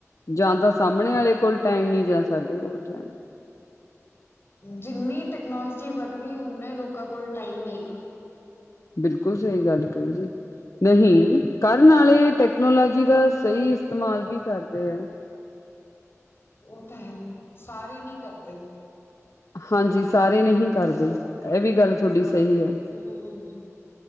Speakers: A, on the left (about 70°); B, on the left (about 45°).
A: ਜਾਂ ਤਾਂ ਸਾਹਮਣੇ ਵਾਲੇ ਕੋਲ ਟਾਈਮ ਨਹੀਂ, ਜਾਂ ਸਾਡੇ ਕੋਲ ਟਾਈਮ ਨੀਂ।
B: ਜਿੰਨੀ ਟੈਕਨੋਲੋਜੀ ਵੱਧਗੀ, ਓਨੇ ਲੋਕਾਂ ਕੋਲ ਟਾਈਮ ਨਹੀਂ।
A: ਬਿਲਕੁਲ ਸਹੀ ਗੱਲ ਕਹੀ ਜੀ। ਨਹੀਂ, ਕਰਨ ਵਾਲੇ ਟੈਕਨੋਲੋਜੀ ਦਾ ਸਹੀ ਇਸਤੇਮਾਲ ਵੀ ਕਰਦੇ ਆ।
B: ਓਹ ਤਾ ਹੈ, ਸਾਰੇ ਨਹੀਂ ਕਰਦੇ।
A: ਹਾਂਜੀ ਸਾਰੇ ਨਹੀਂ ਕਰਦੇ, ਇਹ ਵੀ ਗੱਲ ਤੁਹਾਡੀ ਸਹੀ ਹੈ।
B: ਹੂੰ-ਹੂੰ।